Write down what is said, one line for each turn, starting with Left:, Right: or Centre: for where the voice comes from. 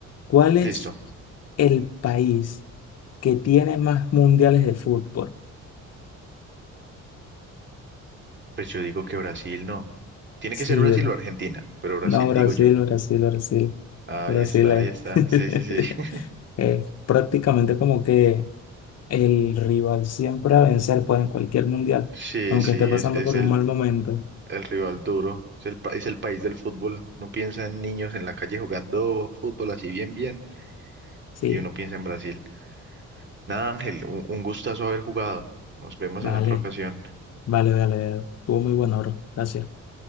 Left: ¿Cuál es
Right: Listo,
Left: el país? que tiene más mundiales de fútbol.
Right: pues yo digo que Brasil no. Tiene
Left: Sí,
Right: que ser Brasil
Left: bra-
Right: o Argentina, pero Brasil
Left: no, Brasil,
Right: digo yo.
Left: Brasil, Brasil.
Right: Ahí
Left: Brasil
Right: está,
Left: es,
Right: ahí está,
Left: <laughs>
Right: sí, sí, sí. <laughs>
Left: es prácticamente como que el rival siempre a vencer, pues en cualquier mundial,
Right: Sí,
Left: aunque
Right: sí,
Left: esté pasando
Right: es, es
Left: por
Right: el,
Left: un mal momento.
Right: el rival duro, es el, pa- es el país del fútbol. Uno piensa en niños en la calle jugando fútbol así bien, bien,
Left: Sí,
Right: y uno piensa en Brasil. Nada, Ángel, un, un gustazo haber jugado. Nos vemos
Left: vale,
Right: en otra ocasión.
Left: vale, vale. vale. Estuvo muy bueno, bro. Gracias.